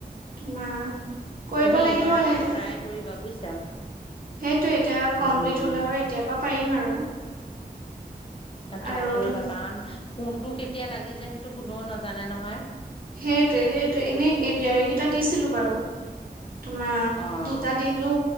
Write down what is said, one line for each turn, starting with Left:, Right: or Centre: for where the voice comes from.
Right: তোমাৰ কৰিব
Left: তুমি
Right: লাগিব
Left: এইবাৰ পৰা
Right: লাহে দৱে।
Left: ট্ৰাই কৰিবা বুজিছা,
Right: সেইটো এতিয়া কমপ্লিট
Left: উম,
Right: হলে আৰু এতিয়া পা পাৰিম আৰু। <inaudible>
Left: ট্ৰাই
Right: আৰু
Left: কৰিবা
Right: তুম-
Left: কাৰণ কোনটো কেতিয়া লাগ কি যে সেইটো কোনেও নাজানে নহয়।
Right: সেইটোৱে, সেইটোৱে। এনেই এ ডি আৰ ই কেইটা দিছিলো বাৰু। তোমাৰ
Left: অ'।
Right: দুটা দিলো